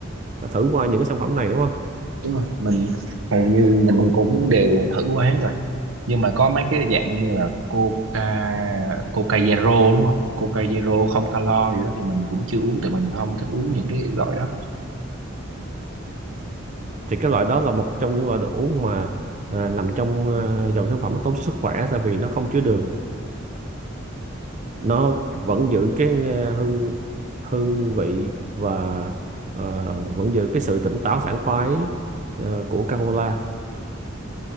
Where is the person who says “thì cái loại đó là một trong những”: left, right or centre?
Right